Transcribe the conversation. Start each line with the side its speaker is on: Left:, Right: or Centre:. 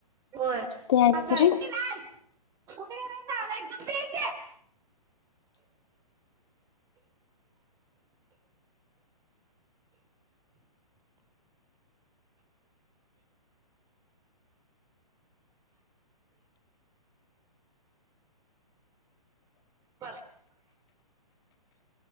Right: होय
Left: ते आहेच
Right: कुठे
Left: खरं
Right: गेलाईस नालायक दुध पीत ये की. बर